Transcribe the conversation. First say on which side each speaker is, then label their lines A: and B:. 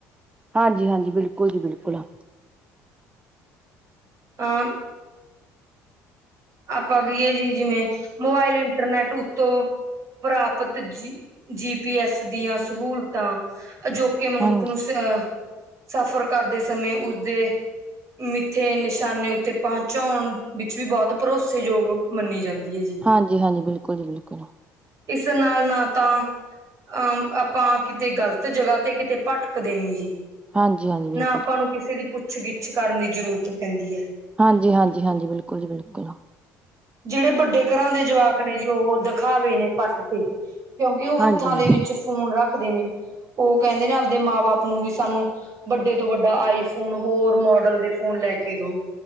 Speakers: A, on the right; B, on the right.
A: ਹਾਂਜੀ-ਹਾਂਜੀ, ਬਿਲਕੁਲ ਜੀ ਬਿਲਕੁਲ।
B: ਆਂ ਆਪਾਂ ਕਹੀਏ ਜੀ ਜਿਵੇਂ, ਮੋਬਾਇਲ ਇੰਟਰਨੈਟ ਉਤੋਂ, ਪ੍ਰਾਪ ਪ, ਤ ਜੀ ਪੀ ਐਸ ਦੀਆਂ ਸਹੂਲਤਾਂ, ਅਜੋਕੇ ਮਨੁੱਖ
A: ਹਾਂਜੀ
B: ਨੂੰ ਸ ਸਫਰ ਕਰਦੇ ਸਮੇਂ ਉਸਦੇ ਮਿੱਥੇ ਨਿਸ਼ਾਨੇ ਉੱਤੇ ਪਹੁੰਚਾਉਣ, ਵਿੱਚ ਵੀ ਬਹੁਤ ਭਰੋਸੇਯੋਗ ਮੰਨੀ ਜਾਂਦੀ ਐ ਜੀ।
A: ਹਾਂਜੀ-ਹਾਂਜੀ, ਬਿਲਕੁਲ ਜੀ ਬਿਲਕੁਲ।
B: ਇਸ ਨਾਲ ਨਾ ਤਾਂ ਅ ਆਪਾਂ ਕਿਤੇ ਗ਼ਲਤ ਜਗਾ ਤੇ ਕਿਤੇ ਪੱਟ ਕਦੇ ਨੀ ਜੀ
A: ਹਾਂਜੀ ਹਾਂਜੀ ਬਿਲਕੁਲ
B: ਨਾ ਆਪਾਂ ਨੂੰ ਕਿਸੇ ਦੀ ਪੁੱਛ ਗਿੱਛ ਕਰਨ ਦੀ ਜ਼ਰੂਰਤ ਪੈਂਦੀ ਐ।
A: ਹਾਂਜੀ-ਹਾਂਜੀ, ਹਾਂਜੀ, ਬਿਲਕੁਲ ਜੀ ਬਿਲਕੁਲ।
B: ਜੇੜੇ ਵੱਡੇ ਕਰਾਂ ਦੇ ਜਵਾਕ ਨੇ ਜੀ ਉਹ ਦਖਾਵੇ ਨੇ ਪੱਟ ਤੇ ਕਿਉਂਕਿ ਉਹ
A: ਹਾਂਜੀ
B: ਹੱਥਾਂ ਦੇ
A: ਹਾਂ
B: ਵਿੱਚ ਫੋਨ ਰੱਖਦੇ ਨੇ ਉਹ ਕਹਿੰਦੇ ਨੇ ਆਪਦੇ ਮਾਂ ਬਾਪ ਆਪ ਨੂੰ ਵੀ ਸਾਨੂੰ ਵੱਡੇ ਤੋਂ ਵੱਡਾ ਆਈਫੋਨ ਹੋਰ ਮੋਡਲ ਦੇ ਫੋਨ ਲੈ ਕੇ ਦੋ।